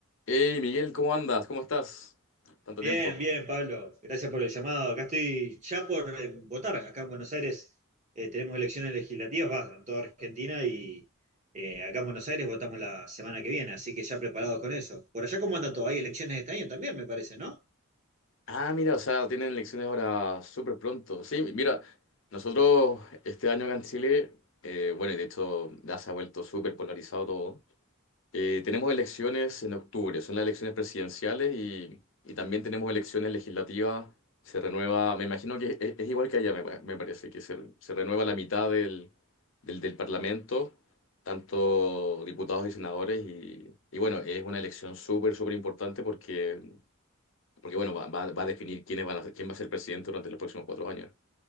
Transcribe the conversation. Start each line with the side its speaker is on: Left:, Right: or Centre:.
Left: Hey Miguel, ¿cómo andas? ¿Cómo estás? Tanto
Right: Bien,
Left: tiempo.
Right: bien, Pablo. Gracias por el llamado. Acá estoy ya por eh, votar. Acá en Buenos Aires eh, tenemos elecciones legislativas, va, en toda Argentina y eh, acá en Buenos Aires votamos la semana que viene, así que ya preparados con eso. Por allá, ¿cómo anda todo? Hay elecciones este año también, me parece, ¿no?
Left: Ah, mira, o sea, tienen elecciones ahora súper pronto. Sí, mira, nosotros este año acá en Chile, eh, bueno, y de hecho ya se ha vuelto súper polarizado todo. Eh, tenemos elecciones en octubre, son las elecciones presidenciales y, y también tenemos elecciones legislativas. Se renueva, me imagino que es, es igual que allá, me, pa- me parece, que se, se renueva la mitad del, del, del Parlamento, tanto diputados y senadores. Y, y bueno, es una elección súper, súper importante porque, porque bueno, va, va- va a definir quiénes van a, ser- quién va a ser presidente durante los próximos cuatro años.